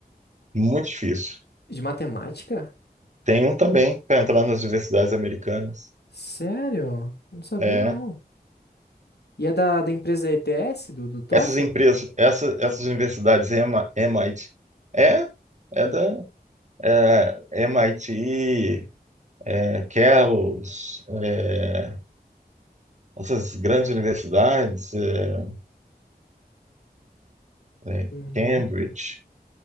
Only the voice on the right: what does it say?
muito difícil.
Tem um também para entrar nas universidades americanas.
É.
Essas empresas, essa, essas universidades EMA, MIT, é, é da é, MIT, é, Kellogg's, é, essas grandes universidades, é, é,
Cambridge,